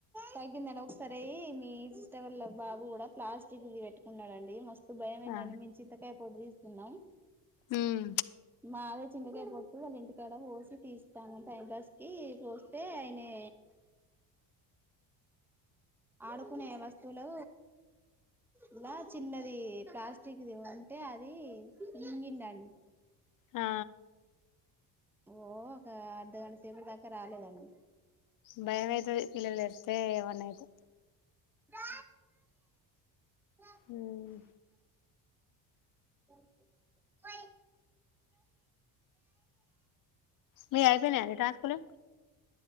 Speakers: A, in the centre; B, on the left.
A: తగ్గిందండి ఒకసారి మీ సిస్టర్ వాళ్ళ బాబు కూడా ప్లాస్టిక్ ఇది పెట్టుకున్నాడుడండి మస్తు భయమైందండి
B: ఆ
A: మేం చింతకాయ పొట్టు తీస్తున్నాం
B: ఉమ్
A: మాదే చింతకాయ పొట్టు వాళ్ళ ఇంటికాడ పోసి తీస్తాను టైంపాస్ కి పోస్తే ఆయనే ఆడుకునే వస్తువులు ఇలా చిన్నది ప్లాస్టిక్ కిది అంటే అది మింగిండండి
B: ఆ
A: ఓ ఒక అర్ధగంట సేపటీ దాకా రాలేదండి
B: భయంమైతది పిలలు ఏడుతే ఏం అన్న అయితే
A: నా మ
B: ఉమ్
A: ఉ పోయి
B: మీ ఆయిపోయినయా అండి టాస్కులు